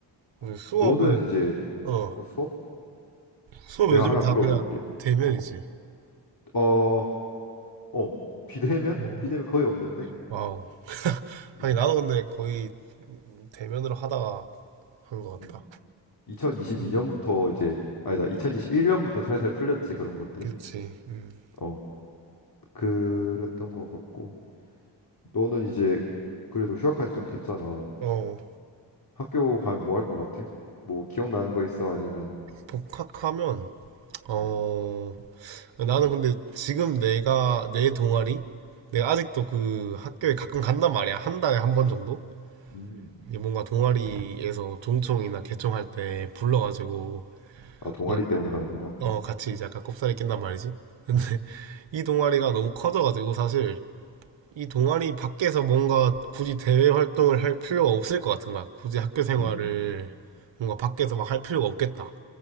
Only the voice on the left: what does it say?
어,
너는 이제
어, 수업?
내가
하나
물어볼게.
어, 어, 어, 비대면?
비대면 거의 없는데.
음,
음.
2022년부터
이제 아니다 2021년부터 살살 풀렸지 그런 것들이
어 그랬던 것 같고 너는 이제 그래도 휴학한 지 좀 됐잖아
학교 가면 뭐 할 것 같아? 뭐 기억나는 거 있어 아니면
음.
음.
아 동아리
때문에 가는구나
음,